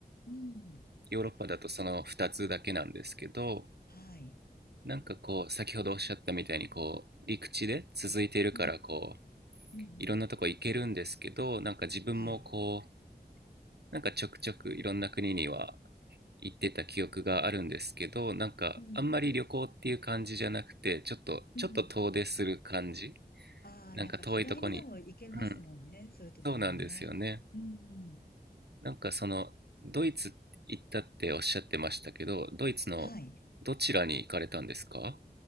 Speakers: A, on the left; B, on the right.
A: うん、うん。
B: ヨーロッパだとその2つだけなんですけど、
A: はい。
B: なんかこう、先ほどおっしゃったみたいにこう、陸地で続いているからこう、
A: うん、うん、うん。
B: いろんなとこ行けるんですけど、なんか自分もこう、
A: はい。
B: なんかちょくちょくいろんな国には行ってた記憶があるんですけどなんかあんまり旅行っていう感じじゃなくてちょっとちょっと遠出する感じ
A: うん、うん。ああ、
B: なんか遠いとこにうん
A: なんか日帰りでも行けますもんね。そういうところもね。
B: そうなんですよね
A: うんうん。
B: なんかそのドイツ行ったっておっしゃってましたけどドイツのどちらに行かれたんですか
A: はい。